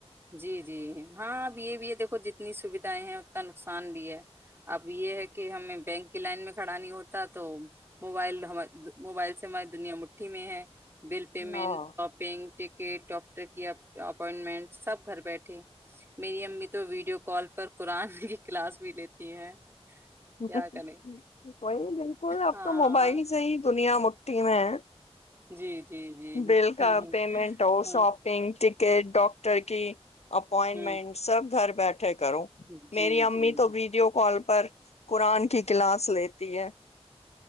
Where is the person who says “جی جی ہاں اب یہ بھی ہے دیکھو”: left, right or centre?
Right